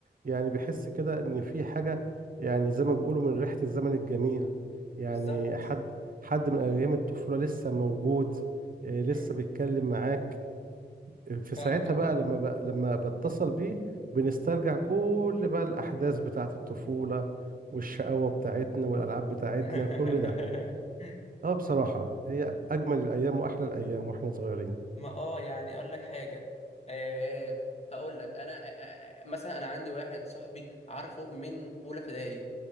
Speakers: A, on the right; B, on the left.
A: يعني بحس كده ان في حاجة يعني زي ما بيقولوا من ريحة الزمن الجميل يعني
B: بالظبط
A: حد حد من ايام الطفولة لسه موجود آه، لسه
B: امم
A: بيتكلم معاك آه، في
B: فعلا
A: ساعتها
B: قوي
A: بقى لما بقى لما بتصل بيه بنسترجع كل بقى الاحداث بتاعة الطفولة والشقاوة بتاعتنا والالعاب بتاعتنا
B: <laughs>
A: كل ده اه بصراحة هي اجمل الايام واحلى الايام واحنا صغيرين
B: ما اه يعني اقول لك حاجه أه هقول لك انا أه آه، مثلا انا عندي واحد صاحبي عارفه من اولى ابتدائي